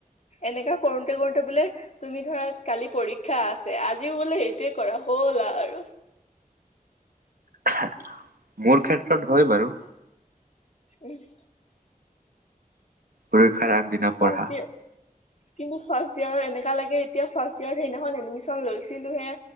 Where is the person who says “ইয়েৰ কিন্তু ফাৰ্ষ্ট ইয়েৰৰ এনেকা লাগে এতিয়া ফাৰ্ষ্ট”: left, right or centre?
Left